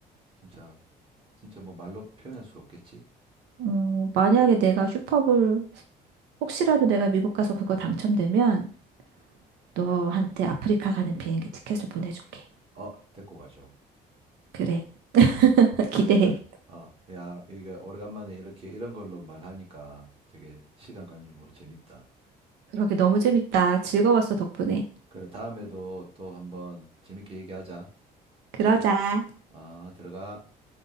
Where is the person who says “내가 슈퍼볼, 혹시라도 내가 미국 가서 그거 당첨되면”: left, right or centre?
Right